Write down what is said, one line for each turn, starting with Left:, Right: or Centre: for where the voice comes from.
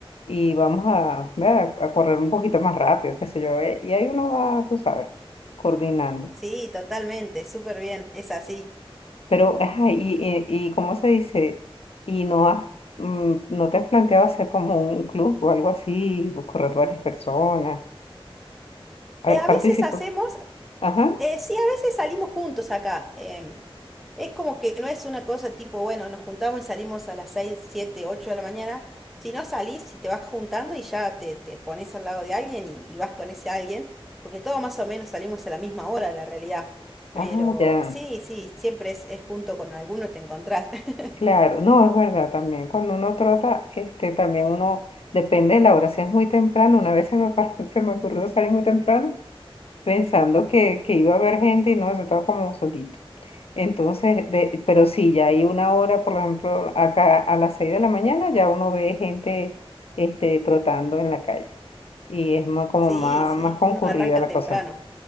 Left: y vamos a, ¿verdad? a correr un poquito más rápido, qué sé yo, eh, y ahí uno va, tú sabes, coordinando.
Centre: Sí, totalmente, súper bien, es así.
Left: Pero, ajá, y, y, y ¿cómo se dice? ¿Y no has, mm, no te has planteado hacer como un club o algo así, o correr varias personas? A
Centre: Eh,
Left: ver,
Centre: a
Left: participo.
Centre: veces hacemos
Left: Ajá,
Centre: Eh, sí, a veces salimos juntos acá. em, es como que no es una cosa tipo, bueno, nos juntamos y salimos a las 6, 7, 8 de la mañana. Si no salís, si te vas juntando y ya te, te pones al lado de alguien y, y vas con ese alguien, porque todos más o menos salimos a la misma hora, la realidad. Pero
Left: ah, ya.
Centre: sí, sí, siempre es, es junto con alguno te encontrás. <laughs>
Left: Claro, no, es verdad también. Cuando uno trota, este, también uno depende de la hora. Si es muy temprano, una vez se me, pa- <laughs> se me ocurrió salir muy temprano pensando que, que iba a haber gente y no, yo estaba como solito. Entonces, de, pero sí, ya hay una hora, por ejemplo, acá a las 6 de la mañana ya uno ve gente este, trotando en la calle y es más, como
Centre: Sí,
Left: más,
Centre: sí,
Left: más concurrida
Centre: uno arranca
Left: la
Centre: temprano.
Left: cosa.